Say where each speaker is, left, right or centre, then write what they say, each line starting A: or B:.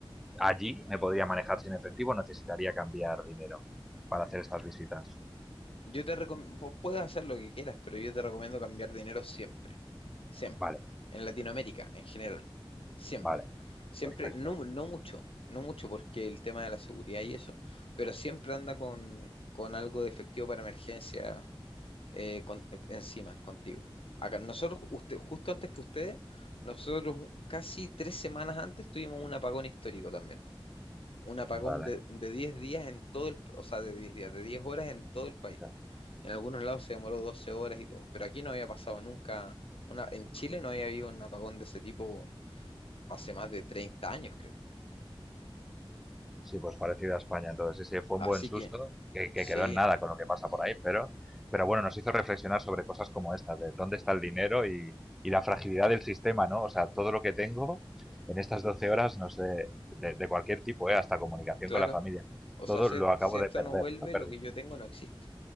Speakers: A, in the centre; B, on the left.
A: allí me podría manejar sin efectivo, necesitaría cambiar dinero para hacer estas visitas.
B: Yo te recomiendo, puedes hacer lo que quieras, pero yo te recomiendo cambiar dinero siempre. siempre.
A: Vale,
B: En Latinoamérica, en general, siempre.
A: vale,
B: Siempre,
A: perfecto.
B: no, no mucho, no mucho porque el tema de la seguridad y eso, pero siempre anda con, con algo de efectivo para emergencia eh, con- encima, contigo. Acá, nosotros, usted, justo antes que ustedes, nosotros casi tres semanas antes tuvimos un apagón histórico también. Un apagón
A: Vale.
B: de, de 10 días en todo el, o sea, de 10 días, de diez horas en todo el país.
A: o sea,
B: En algunos lados se demoró 12 horas y todo, pero aquí no había pasado nunca, una, en Chile no había habido un apagón de ese tipo hace más de 30 años, creo.
A: Sí, pues parecido a España. Entonces, sí, sí, fue
B: Así
A: un buen susto
B: que
A: que, que
B: sí,
A: quedó en nada con lo que pasa por ahí, pero, pero bueno, nos hizo reflexionar sobre cosas como estas, de dónde está el dinero y, y la fragilidad del sistema, ¿no? O sea, todo lo que tengo en estas 12 horas, no sé, de, de cualquier tipo, ¿eh? hasta comunicación
B: claro.
A: con la familia,
B: O
A: todo
B: sea, si,
A: lo acabo
B: si esto
A: de perder,
B: no vuelve,
A: lo perdí.
B: lo que yo tengo no existe.